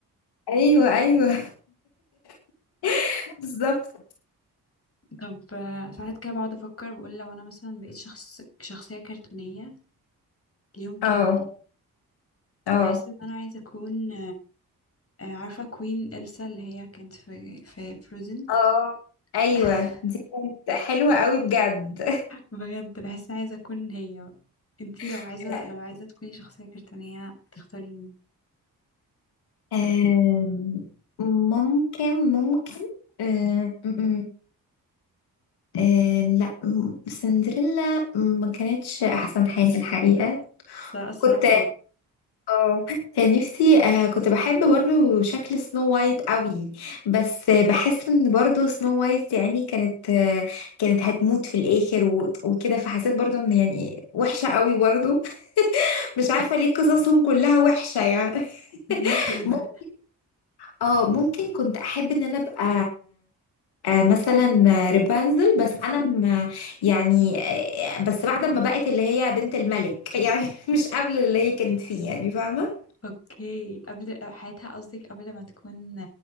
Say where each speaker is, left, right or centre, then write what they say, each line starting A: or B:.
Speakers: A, on the left (about 85°); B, on the left (about 35°).
A: ايوه ايوه <laughs> بالظبط
B: طب آه، ساعات كده بقعد افكر بقول لو انا مثلا بقيت شخص شخصيه كرتونيه ليوم كامل
A: اه اه
B: بحس ان انا عايزه اكون آه، عارفه كوين إلسا اللي هي كانت في في فروزن
A: اه ايوه
B: <laughs>
A: دي كانت حلوه قوي بجد
B: بجد بحس عايزة أكون هي بقى. انتي لو عايزة
A: <laughs>
B: لو عايزة تكوني شخصية كرتونية هتختاري مين؟
A: آم، ممكن ممكن آه، م- م- آه، لا م- سندريلا ما كانتش احسن حاجه الحقيقه
B: بس أنا الصراحة
A: كنت
B: اه
A: اه كان نفسي آه كنت بحب برضو شكل سنو وايت قوي بس آه، بحس ان برضو سنو وايت يعني كانت آه كانت هتموت في الاخر و- وكده فحسيت برضو ان يعني وحشة قوي برضو <laughs> مش عارفة ليه قصصهم كلها وحشة يعني <laughs>
B: كلها كئيبة
A: مم- اه ممكن كنت احب ان انا ابقى آه مثلا آه، رابنزل بس انا م- يعني آه بس بعد ما بقت اللي هي بنت الملك <laughs> يعني مش قبل اللي هي كانت فيه يعني فاهمة
B: اوكي قبل حياتها قصدك قبل ما تكون